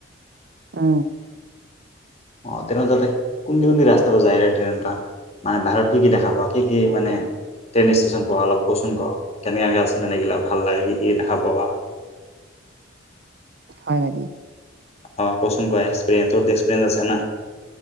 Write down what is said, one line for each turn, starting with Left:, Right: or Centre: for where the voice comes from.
Right: উ।
Left: অ ট্ৰেইনত যাতে কোনদি কোনদি ৰাস্তাটো যায় ট্ৰেইন এটা মানে বাহিৰত কি কি দেখা পোৱা কি কি মানে ট্ৰেইন ষ্টেচন পোৱা অলপ কচোন ক <unintelligible> ভাল লাগে কি কি দেখা পোৱা
Right: হয় নেকি?
Left: অ কচোন ক এক্সপিৰিয়েঞ্চ তোৰ এক্সপিৰিয়েঞ্চ আছে না।